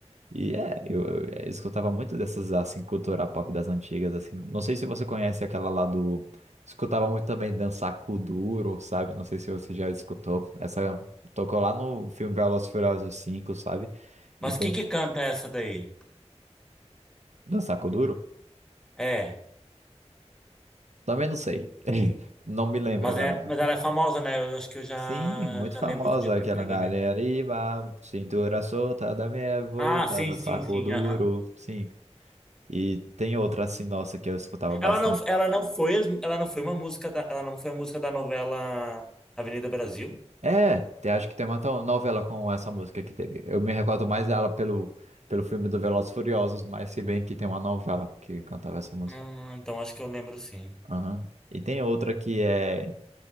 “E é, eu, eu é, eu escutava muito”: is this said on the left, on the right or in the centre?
Right